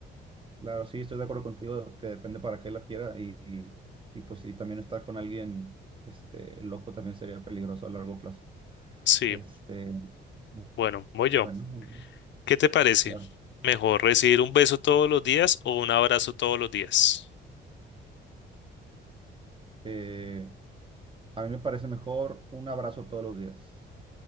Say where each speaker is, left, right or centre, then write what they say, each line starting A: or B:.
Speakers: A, on the right; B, on the left.
A: claro, sí, estoy de acuerdo contigo, que depende para qué la quiera y, y, y, pues sí, también estar con alguien este, loco también sería peligroso a largo plazo.
B: Sí,
A: Este, bu-
B: bueno, voy yo.
A: bueno, muy bien,
B: ¿Qué te parece?
A: claro.
B: ¿Mejor recibir un beso todos los días o un abrazo todos los días?
A: Eh, a mí me parece mejor un abrazo todos los días.